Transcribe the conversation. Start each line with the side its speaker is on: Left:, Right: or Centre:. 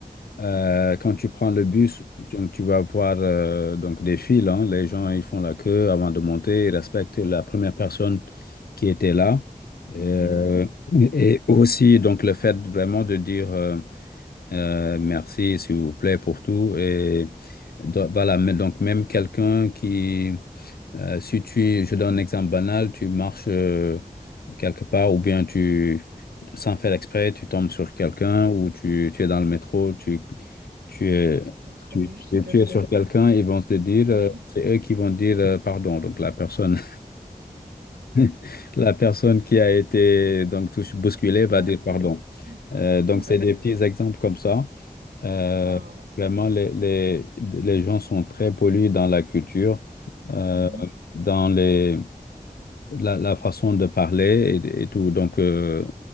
Left: Euh, quand tu prends le bus, donc tu vas voir euh, donc des files. hein. Les gens, ils font la queue avant de monter. Ils respectent la première personne qui était là. Euh,
Right: oui,
Left: et aussi, donc, le fait vraiment de dire euh, euh, merci, s'il vous plaît, pour tout. Et do- voilà, mais donc, même quelqu'un qui euh, si tu, je donne un exemple banal, tu marches euh, quelque part ou bien tu, sans faire exprès, tu tombes sur quelqu'un ou tu, tu es dans le métro, tu, tu es,
Right: je trébuche
Left: tu,
Right: sur
Left: tu-
Right: quelqu'un.
Left: tu es sur quelqu'un, ils vont te dire, euh,
Right: Oui,
Left: c'est eux qui vont dire euh, pardon. Donc la personne, <laughs> la personne qui a été donc touche- bousculée va
Right: heurté,
Left: dire pardon. Euh, donc
Right: vas-y.
Left: c'est des petits exemples comme ça. Euh,
Right: Wow.
Left: vraiment, les, les, les gens sont très pollués dans la culture. Euh,
Right: Mhm.
Left: dans les la, la façon de parler et, et tout. Donc, euh,